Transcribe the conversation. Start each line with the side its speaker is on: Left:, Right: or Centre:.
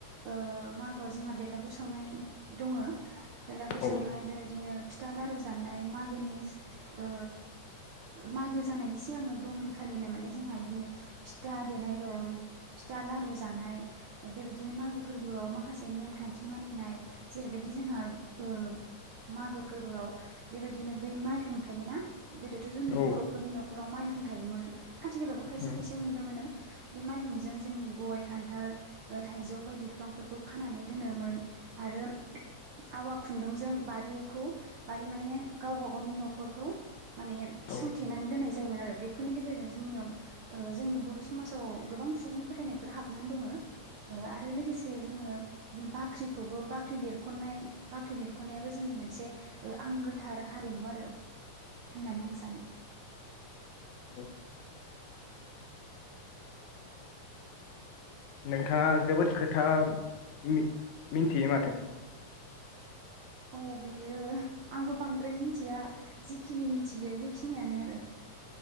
Right: ओ मागोआव जोंहा बेलागुर सावनाय दङो। बेलागुर
Left: औ
Right: सावनाय बेबायदिनो फिथा लारु जानाय मागोनि ओ मागो जानायनि सिगांनो द' खालिनो माने जोंहा इदिनो फिथा देनाय दं, फिथा लारु जानाय बेबायदि नो मागो फोरबोआव माखासे नेमखान्थि मानिनाय जेरैबायदि जोंहा ओ मागो फोरबोआव बेबायदिनो बै माइहुं थायोना? गोदोथ' जोंनि
Left: औ
Right: बर'फोरनि न'खराव माइहुं थायोमोन। आथिखालावबो खायसे
Left: उम
Right: खायसे नुनो मोनो बे माइहुंजों जोंनि गय खान्थाल थाइजौ बायदि बिफांफोरखौ खानानै दोनोमोन आरो आवा खुन्दुंजों बारिखौ बारि माने गावबा गावनि न'खरखौ माने
Left: औ
Right: सोंथेनानै दोननाय जा जायोमोन आरो बेफोरनि गेजेरजों जोंनियाव ओ जोंनि बर' समाजाव गोबां सुबुं फोथायनायफोर हाबनानै दङो ओ आरो लोगोसे जोङो बाख्रि खौबो बाख्रि लिरख'नाय बाख्रि लिरख'नायाबो जोंनि मोनसे ओ आंगोथार हारिमु आ रो होननानै आं सानो। <inaudible>
Left: <inaudible> नोंथाङा जोबोद खोथा मिनथियो माथो।
Right: औ। बियो आंबो बांद्राय मिन थिया जिखिनि मिनथियो बेखिनियानो आरो।